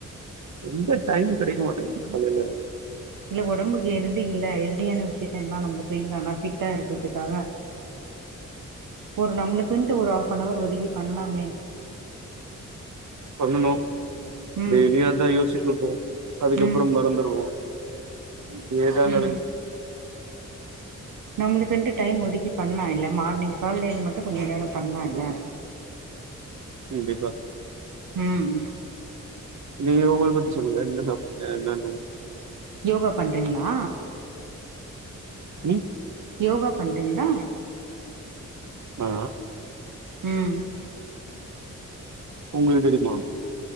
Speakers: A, on the right (about 65°); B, on the right (about 80°).
A: எங்க டைம் கிடைக்க மாட்டேங்குது காலையில
B: இல்ல ஒடம்புக்கு ஹெல்தி இல்ல ஹெல்தியான விஷ்யத்த எல்லா நம்ப செய்யலா ஆனா ஃபிட்டா இருக்கிறதுக்காக ஒரு நம்ளுக்குன்ட்டு ஒரு ஹாஃப்பனவர் ஒதுக்கி பண்லாம்மே
A: பண்ணனு
B: ம்
A: டெய்லியு அதா யோசிட்ருப்போ அதுக்கப்புறம்
B: ம்
A: மறந்துருவோ இப்டியேதா
B: ம்
A: நடக்குது
B: நம்மளுக்குன்ட்டு டைம் ஒதுக்கி பண்ணால்ல மார்னிங் கால்ல மட்டு கொஞ்ச நேரோ பண்லா இல்ல
A: கண்டிப்பா
B: ம்
A: நீங்க உங்கல பத்தி சொல்லுங்க என்ன சாப் க என்னன்ன
B: யோகா பண்றீங்களா
A: ம்
B: யோகா பண்றீங்ளா
A: ஆ
B: ம்
A: உங்குளுக்கு தெரியுமா